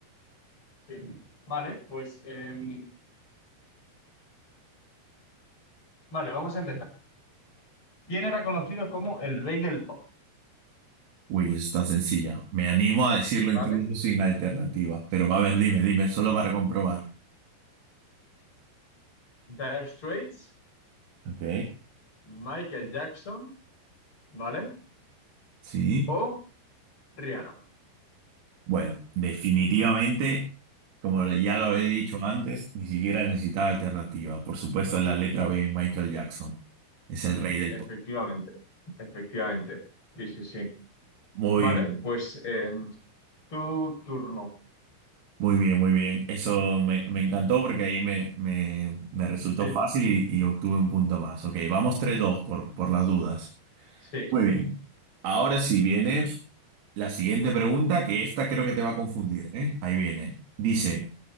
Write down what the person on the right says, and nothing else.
Uy, eso está sencilla. Me animo a decirlo
incluso sin alternativas. Pero a ver, dime, dime, solo para comprobar.
Ok.
Sí.
Bueno, definitivamente, como ya lo había dicho antes, ni siquiera necesitaba alternativa. Por supuesto, la letra B, Michael Jackson. Es el rey del
pop.
Muy,
muy bien, muy bien. Eso me, me encantó porque ahí me, me, me resultó
fácil y, y obtuve un punto más. Ok, vamos tres dos por, por las dudas.
Muy bien. Ahora sí viene la siguiente pregunta, que esta creo que te va a confundir, ¿eh? Ahí viene. Dice,